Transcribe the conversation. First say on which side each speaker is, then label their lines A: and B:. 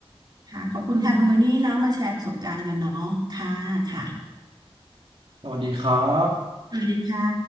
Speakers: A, on the right; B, on the right.
A: ค่ะขอบคุณค่ะคุณโทนี่เนาะมาแชร์ประสบการณ์กันเนาะค่ะค่ะ
B: สวัสดีครับ
A: สวัสดีค่ะ